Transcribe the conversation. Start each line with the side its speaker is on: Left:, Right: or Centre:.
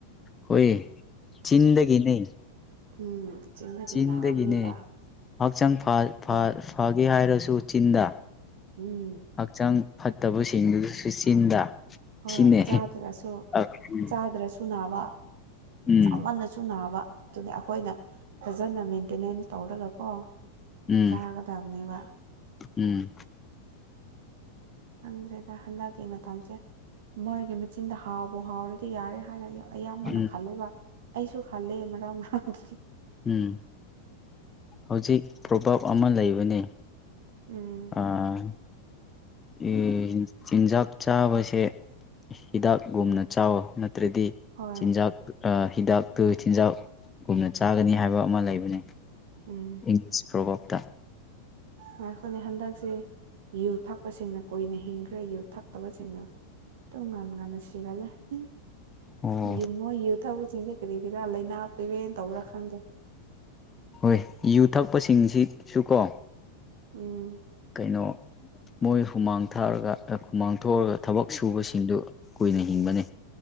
Left: ꯍꯣꯢꯌꯦ ꯆꯤꯟꯗꯒꯤꯅꯦ
Right: ꯎꯝ ꯆꯤꯡꯗꯒꯤ
Left: ꯆꯤꯟꯗꯒꯤꯅꯦ
Right: ꯅꯥꯕꯅꯦꯕ
Left: ꯍꯛꯆꯥꯡ ꯐꯒꯦ
Right: ꯑꯦ
Left: ꯍꯥꯏꯔꯁꯨ ꯆꯤꯟꯗ
Right: ꯎꯝ
Left: ꯍꯛꯆꯥꯡ ꯐꯠꯇꯕꯁꯤꯡꯗꯨꯁꯨ ꯆꯤꯟꯗ
Right: ꯍꯣꯏ
Left: ꯁꯤꯅꯦ
Right: ꯆꯥꯗ꯭ꯔꯁꯨ
Left: ꯎꯝ
Right: ꯆꯥꯗ꯭ꯔꯁꯨ ꯅꯥꯕ
Left: ꯎꯝ
Right: ꯆꯥꯃꯟꯅꯁꯨ ꯁꯨ ꯅꯥꯕ ꯗꯨꯅꯦ ꯑꯈꯣꯏꯅ ꯐꯖꯅ ꯃꯦꯟꯇꯦꯅꯦꯟꯁ ꯇꯧꯔꯒꯀꯣ
Left: ꯎꯝ
Right: ꯆꯥꯒꯗꯕꯅꯦꯕ
Left: ꯎꯝ
Right: ꯈꯪꯗ꯭ꯔꯦꯗꯥ ꯍꯟꯗꯛꯀꯤ ꯃꯇꯝꯁꯦ ꯃꯣꯏꯒꯤ ꯃꯆꯤꯟꯗ ꯍꯥꯎꯕꯨ ꯍꯥꯎꯔꯗꯤ ꯌꯥꯔꯦ ꯍꯥꯏ <unintelligible> ꯑꯌꯥꯝꯕꯅ
Left: ꯎꯝ
Right: ꯈꯜꯂꯦꯕꯥ ꯑꯩꯁꯨ ꯈꯜꯂꯦ ꯃꯔꯥꯡ ꯃꯔꯥꯡ <unintelligible>
Left: ꯎꯝ ꯍꯧꯖꯤꯛ ꯄ꯭ꯔꯣꯚꯥꯞ ꯑꯃ ꯂꯩꯕꯅꯤ
Right: ꯎꯝ
Left: ꯑꯥ ꯏ ꯍꯤꯟ ꯆꯤꯟꯖꯥꯛ ꯆꯥꯕꯁꯦ ꯍꯤꯗꯥꯛꯒꯨꯝꯅ ꯆꯥꯎꯋꯣ ꯅꯠꯇ꯭ꯔꯗꯤ
Right: ꯍꯣꯏ
Left: ꯆꯤꯟꯖꯥꯛ <unintelligible> ꯑꯥ ꯍꯤꯗꯥꯛꯇꯨ ꯆꯤꯟꯖꯥꯛꯒꯨꯝꯅ ꯆꯥꯒꯅꯤ ꯍꯥꯏꯕ ꯑꯃ ꯂꯩꯕꯅꯦ
Right: ꯎꯝ
Left: ꯏꯪꯂꯤꯁ ꯄ꯭ꯔꯣꯚꯔꯕꯇ
Right: ꯉꯥꯏꯈꯣꯅꯦ ꯍꯟꯗꯛꯁꯦ ꯌꯨ ꯊꯛꯄꯁꯤꯡꯅ ꯀꯨꯏꯅ ꯍꯤꯡꯈ꯭ꯔꯦ ꯌꯨ ꯊꯛꯇꯕꯁꯤꯡꯅ ꯗꯨꯝ ꯉꯟ ꯉꯟꯅ ꯁꯤꯒꯟꯂꯦ ꯍꯤ
Left: ꯑꯣ
Right: ꯃꯨꯌꯤ ꯃꯣꯏ ꯌꯨ ꯊꯛꯄꯁꯤꯡꯗꯤ ꯀꯔꯤꯒꯤꯔꯥ ꯂꯩꯅꯥ ꯄ꯭ꯔꯤꯕꯦꯟ ꯇꯧꯕ꯭ꯔꯥ ꯈꯪꯗꯦ
Left: ꯍꯣꯏ ꯌꯨ ꯊꯛꯄꯁꯤꯡꯁꯤꯁꯨ ꯀꯣ
Right: ꯎꯝ
Left: ꯀꯩꯅꯣ ꯃꯣꯏ ꯍꯨꯃꯥꯡ ꯊꯥꯔꯒ ꯑꯥ ꯍꯨꯃꯥꯡ ꯊꯣꯔꯒ ꯊꯕꯛ ꯁꯨꯕꯁꯤꯡꯗꯣ ꯀꯨꯏꯅ ꯍꯤꯡꯕꯅꯦ